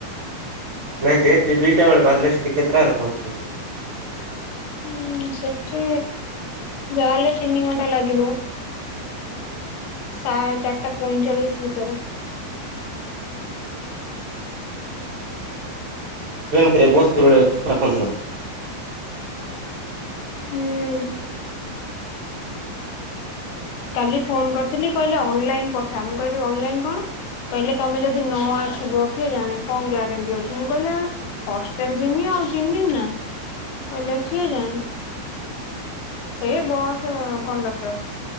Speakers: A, on the right; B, on the left.
A: ନାଇଁ ଯେ ତୁ ଦିଇଟା ବେଳେ ବାହାରିଲେ ସେଠିକି କେତେଟା ବ ପହଞ୍ଚିବୁଛ?
B: ହଁ ସେଠି ଯାଲେ ତିନି ଘଣ୍ଟା ଲାଗିବ ସା ଚାରିଟା ପଇଁଚାଳିଶ ଭିତରେ।
A: ଟ୍ରେନ କେ ବସ୍ କେବେଳେ ଅଛି, <unintelligible>
B: ହୁଁ। କାଲି ଫୋନ କରିଥିଲି, କହିଲେ ଅନଲାଇନ ପଠା ମୁଁ କହିଲି ଅନଲାଇନ କଣ କହିଲେ ତମେ ଯଦି ନ ଆସିବ କିଏ, ଜାଣେ କଣ ଗ୍ୟାରେଣ୍ଟି ଅଛି ମୁଁ କହିଲି ହଷ୍ଟେଲ ଯିମି ଆଉ ଆଉ ଚିମ ନା। କଲେ କିଏ ଜାଣେ, ସେଇ ବସ୍ କଣ୍ଡକ୍ଟର।